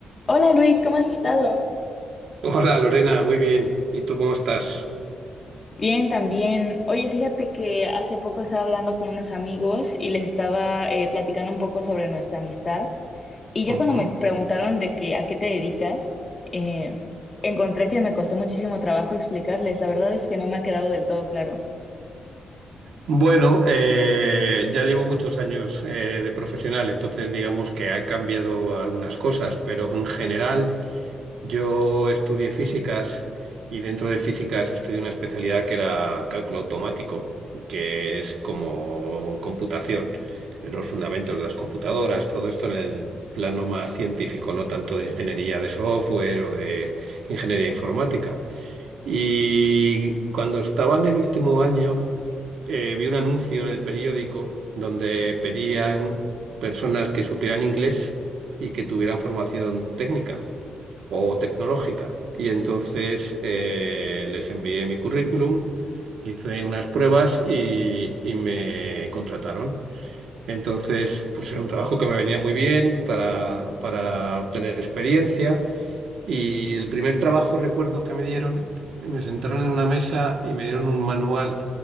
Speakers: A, on the left (about 25°); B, on the right (about 75°).
A: Hola Luis, ¿cómo has estado?
B: Hola Lorena, muy bien. ¿Y tú cómo estás?
A: Bien, también. Oye, fíjate que hace poco estaba hablando con unos amigos y les estaba eh, platicando un poco sobre nuestra amistad. Y ya
B: Ujú.
A: cuando me preguntaron de que a qué te dedicas, eh, encontré que me costó muchísimo trabajo explicarles. La verdad es que no me ha quedado del todo claro.
B: Bueno, eh, ya llevo muchos años eh, de profesional, entonces digamos que ha cambiado algunas cosas, pero en general yo estudié físicas y dentro de físicas estudié una especialidad que era cálculo automático, que es como computación, los fundamentos de las computadoras, todo esto en el plano más científico, no tanto de ingeniería de software o de ingeniería informática. Y cuando estaba en el último año, eh, vi un anuncio en el periódico donde pedían personas que supieran inglés y que tuvieran formación técnica o tecnológica. Y entonces eh, les envié mi currículum, hice unas pruebas y, y me contrataron. Entonces, pues era un trabajo que me venía muy bien para, para obtener experiencia. Y el primer trabajo, recuerdo que me dieron, me sentaron en una mesa y me dieron un manual